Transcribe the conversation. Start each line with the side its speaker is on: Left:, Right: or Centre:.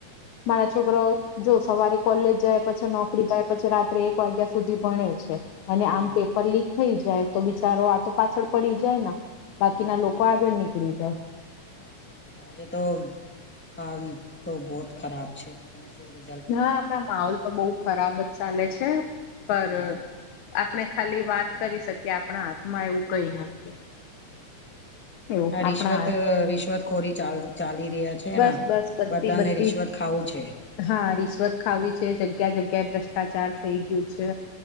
Left: મારા છોકરા
Centre: સાચી
Left: જો સવારે કોલેજ જાય પછી નોકરી જાય પછી રાત્રે એક વાગ્યા સુધી ભણે છે. અને
Centre: હમ
Left: આમ પેપર લીક થઈ જાય- તો બિચારો આ તો પાછળ પડી જાય બાકીના
Centre: હા
Left: લોકો આગળ નીકળી જાય-
Centre: સાચી વાત આજે તો હ તો બહત ખરાબ છે. શો રિ
Left: હા હમણા માહોલ તો બહુ ખરાબ જ ચાલે
Centre: બહુત
Left: છે.
Centre: હમ
Left: પર-
Centre: હમ
Left: આપણે ખાલી વાત કરી શકીએ આપણા હાથમાં એવું કઈ નથી- એવું
Centre: આ
Left: આપણા
Centre: રિશ્વત
Left: હાથ
Centre: રિશ્વત ખોરી ચ ચાલી રહ્યા છે.
Left: બસ બસ બધી
Centre: બધાને
Left: બધી
Centre: રિશ્વત ખાવું છે.
Left: હા રિશ્વત ખાવી છે જગ્યા જગ્યાએ પ્રશ્ન? ભ્રષ્ટાચાર થઈ ગયું છે